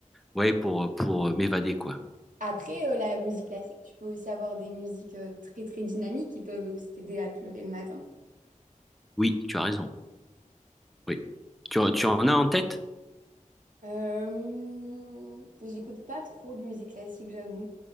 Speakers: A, in the centre; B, on the right.
A: ouais, pour, pour euh, m'évader, quoi.
B: Après, euh, la musique classique, tu peux aussi avoir des musiques euh, très très dynamiques qui peuvent aussi t'aider à te lever le matin.
A: Oui, tu as raison. Oui. Tu, tu en as en tête?
B: Euh, j'écoute pas trop de musique classique, j'avoue.